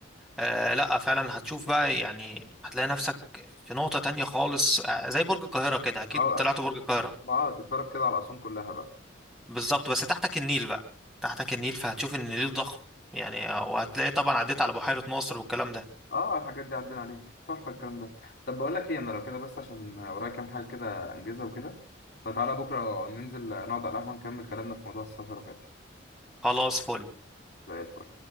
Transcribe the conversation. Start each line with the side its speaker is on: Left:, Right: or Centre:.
Centre: آه لا فعلا هتشوف بقى يعني هتلاقي نفسك في نقطة تانية خالص آه زي برج القاهرة كده اكيد
Left: <laughs> اه
Centre: طلعت برج القاهرة
Left: ما اه تتفرج كده على أسوان كلها بقى
Centre: بالظبط بس تحتك النيل بقى تحتك النيل فهتشوف ان النيل ضخم يعني آه، وهتلاقي طبعا عديت على بحيرة ناصر والكلام ده
Left: اه الحاجات دي عدينا عليها تحفة الكلام ده طب بقول لك ايه انا لو كده بس عشان ورايا كام حاجة كده انجزها وكده فتعالى بكرة ننزل نقعد على القهوة نكمل كلامنا في موضوع السفر وكده
Centre: خلاص فل
Left: زي الفل